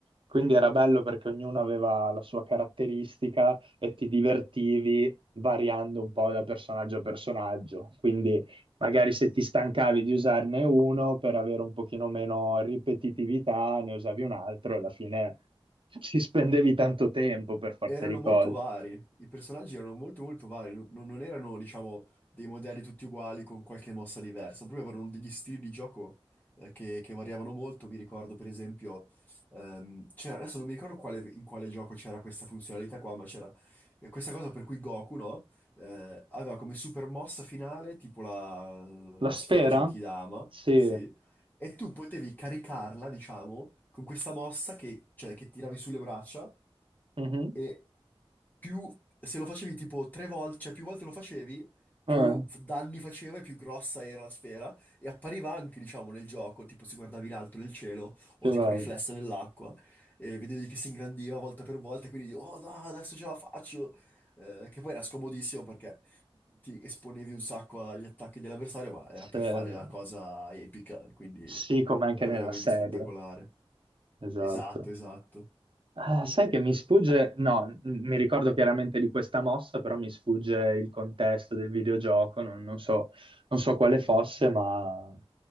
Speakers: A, on the right; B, on the left.
A: Quindi era bello perché ognuno aveva la sua caratteristica e ti divertivi variando un po' da personaggio a personaggio. Quindi Magari se ti stancavi di usarne uno per avere un pochino meno ripetitività, ne usavi un altro e alla fine ci spendevi tanto tempo per forza
B: Erano
A: di cose.
B: molto vari, i personaggi erano molto molto vari, non, non erano, diciamo, dei modelli tutti uguali con qualche mossa diversa, proprio avevano degli stili di gioco eh, che, che variavano molto. Mi ricordo, per esempio, ehm, c'era- adesso non mi ricordo quale- in quale gioco c'era questa funzionalità qua, ma c'era eh, questa cosa per cui Goku, no? Eh, aveva come super mossa finale tipo la, la
A: La sfera?
B: sfera Genkidama,
A: Sì.
B: sì. E tu potevi caricarla, diciamo, con questa mossa che, cioè, che tiravi sulle braccia
A: Mhm.
B: e più, se lo facevi tipo tre volte, cioè più volte lo facevi, più
A: Ah,
B: f- danni faceva e più grossa era la sfera e appariva anche, diciamo, nel gioco, tipo si guardava in alto nel cielo
A: che
B: o tipo
A: bello.
B: riflessa nell'acqua e vedevi che si ingrandiva volta per volta e quindi, oh no, adesso ce la faccio! Eh, che poi era scomodissimo perché ti esponevi un sacco agli attacchi dell'avversario, ma era
A: Sì,
B: per
A: sì,
B: fare la cosa epica, quindi
A: Sì, come anche
B: era
A: nella
B: veramente
A: serie.
B: spettacolare.
A: Esatto.
B: Esatto, esatto.
A: Eh, sai che mi sfugge, no, m- mi ricordo chiaramente di questa mossa, però mi sfugge il contesto del videogioco, non, non so, non so quale fosse, ma